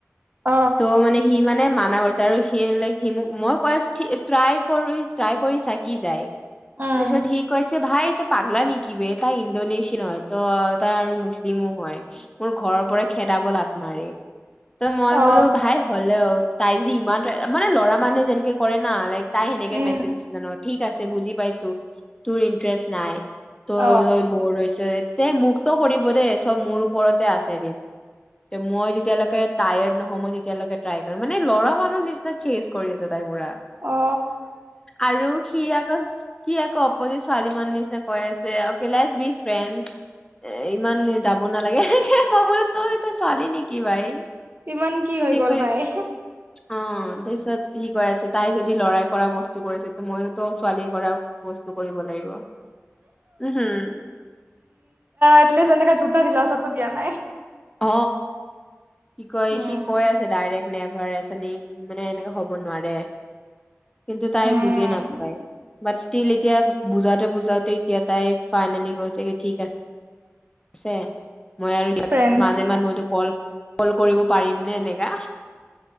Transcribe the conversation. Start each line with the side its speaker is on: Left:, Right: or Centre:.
Right: অ
Left: ত' মানে সি মানে- মানে মানা কৰিছে আৰু সি সি মোক মই কৈ আছো ট্ৰাই কৰি ট্ৰাই কৰি চা কি যায়।
Right: উম
Left: তাৰপিছত সি কৈছে ভাই পাগ্লা নেকি ব তাই ইণ্ডোনেছিয়ান হয় ত তাই আৰু মুছলিম মোৰ ঘৰৰ পৰা খেদাব লাত মাৰি ত মই
Right: অ
Left: বোলো ভাই হলেও- তাই যদি ইমান মানে ল'ৰা মানুহে যেনেকে কৰে না লাইক তাই সেনেকে
Right: উম
Left: মেছেজ দিছে জানো ঠিক আছে বুজি পাইছোঁ তোৰ ইণ্টাৰেষ্ট নাই ত
Right: অ
Left: বৰ হৈছে। তে মুক্ত কৰিব দে সব মোৰ ওপৰতে আছে মই তিতিয় লৈকে টায়াদ নহয় মই মানে টাই কৰিম মানে- ল'ৰা মানুহ নিচিনা চেজ কৰি আছে তাই পুৰা
Right: অ
Left: আৰু সি আগত- কি আকৌ অপজিত ছোৱালী মানুহ নিচিনা কৈ আছে বি ফ্ৰেড এ ইমান- হে মই বোৰতো এইটো ছোৱালী নেকি ভাই।
Right: ইমান কি হৈ
Left: সি
Right: গ'ল
Left: কৈ
Right: ভাই-
Left: অ তাৰপিছত সি কৈ আছে তাই যদি লৰাই কৰা বস্তু কৰিছে মইতো ছোৱালী কৰা বস্তু কৰিব লাগিব উম! হোম
Right: এটলিছ এনে জুটা দি টো দিয়া নাই
Left: অ কি কয়
Right: উম
Left: সি কৈ আছে ডাইৰেক্ট নেভাৰ আছে নি মানে এনেকা হ'ব নোৱাৰে। কিন্তু তাই
Right: উম
Left: বুজিয়ে নাপায় বাট ষ্টীল এতিয়া বুজাওতে বুজাওতে এতিয়া তাই ফাইনেলি গৈছেগে ঠিক আছে। আছে মই আৰু ইয়াত
Right: ফ্ৰেণ্ডছ
Left: মাজে মাজ মইতো কল কল কৰিব পাৰিম নে? এনেকা